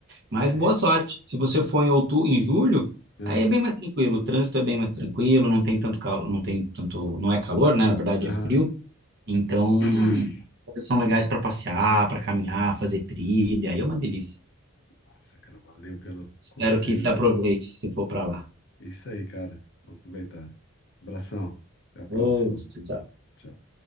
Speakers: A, on the right; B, on the left.
A: Mas
B: Esse,
A: boa sorte. Se você for em outubro, em julho,
B: ah,
A: aí é bem mais tranquilo. O trânsito é bem mais tranquilo, não tem tanto calor, não tem tanto, não é calor, né? Na verdade
B: aham.
A: é frio. Então,
B: <coughs>
A: são legais para passear, para caminhar, fazer trilha. Aí é uma delícia.
B: <clears throat> Nossa, cara, valeu pelo
A: Espero
B: conselho
A: que se aproveite
B: aí.
A: se for para lá.
B: É Isso aí, cara. Vamos aproveitar. Abração. Até a próxima.
A: Outro
B: Tchau.